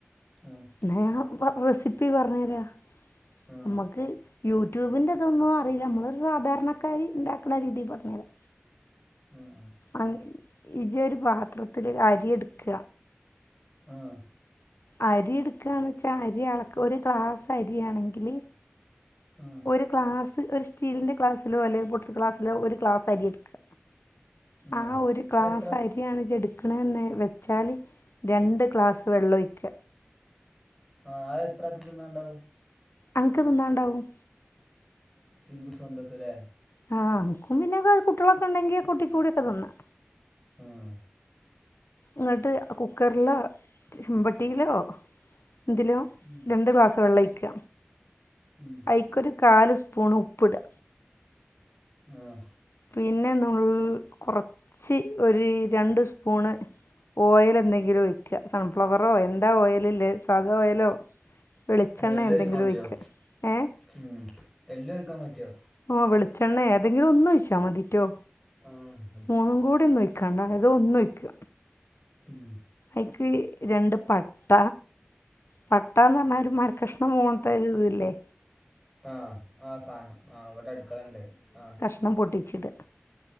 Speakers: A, in the centre; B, on the left.
A: ആഹ്
B: വേണേ പ്പ റെസിപ്പി പറഞ്ഞ് തരാ
A: ആ
B: അമ്മക്ക് യു യൂട്യൂബിൻ്റെ തൊന്നും അറീല നമ്മളൊരു സാധാരണക്കാരി ഉണ്ടാക്കുന്ന രീതിൽ പറഞ്ഞു തരാം
A: ആഹ് ആഹ്
B: അഹ് ഇജൊരു പാത്രത്തില് അരി ഇട്ക്ക
A: ആഹ്
B: അരി ഇട്ക്കാന്ന്ച്ചാ അരി അളക്ക ഒരു ക്ലാസ് അരിയാണെങ്കില്
A: ആഹ്
B: ഒര് ക്ലാസ് ഒരു സ്റ്റീലിന്റെ ക്ലാസിലോ അല്ലെ ബോട്ടിൽ ക്ലാസിലോ ഒരു ഗ്ലാസ് അരി ഇട്ക്ക്അ
A: ആ
B: ആഹ് ഒരു ഗ്ലാസ്
A: അത് എത്ര
B: അരിയാണ് ഇജ് എടുക്കണെന്ന് വെച്ചാല് രണ്ട് ഗ്ലാസ് വെള്ളൊഴിക്ക
A: ആഹ് അത് എത്രാക്ക് തിന്നാണ്ടാവും
B: അൻക്ക് തിന്നാണ്ടാവും
A: ഇൻക്ക് സ്വന്തക്ക്ലെ
B: ആഹ് അനക്കും പിന്നെ വേറെ കുട്ടികളൊക്കെ ഉണ്ടെങ്കിൽ കുട്ടിക്കൂടെ ഒക്കെ തിന്നാം
A: ആഹ്
B: ഇന്നട്ട് കുക്കറിലോ ചെമ്പട്ടിയിലോ എന്തിലോ
A: ഉം,
B: രണ്ട് ഗ്ലാസ് വെള്ളം ഒഴിക്ക
A: ഉം,
B: അയ്ക്കൊരു കാല് സ്പൂൺ ഉപ്പ്ട്
A: ആഹ്
B: പിന്നെ നുള്ള് കൊറച്ച് ഒരു രണ്ട് സ്പൂണ് ഓയല് എന്തെങ്കിലും ഒഴിക്ക സൺഫ്ലവറോ എന്താ ഓയില്ള്ളത് സാദാ ഓയിലോ വെളിച്ചെണ്ണേ
A: എല്ലാം
B: എന്തെങ്കിലും
A: കഴിക്കാൻ പറ്റുമോ
B: ഒയ്ക്ക ഏഹ്
A: ഉം എല്ലൊം ഒഴിക്കാൻ പറ്റോ
B: ആഹ് വെളിച്ചെണ്ണേ ഏതെങ്കിലും ഒന്നൊഴിച്ചാൽ മതിറ്റോ
A: ആഹ്
B: മൂന്നും കൂടി ഒന്നും ഒഴിക്കണ്ട ഏതേം ഒന്നൊഴിക്ക്
A: ഉം
B: അയ്ക്ക് രണ്ട് പട്ട പട്ടാന്ന് പറഞ്ഞാ ഒരു മരക്കഷ്ണം മോൺത്തെ ഒരു ഇത് ല്ലേ
A: ആഹ് ആ സാനം ആഹ് വ്ടെ അടുക്കളെണ്ട് ആഹ്
B: ണ്ണം പൊട്ടിച്ചട്ട്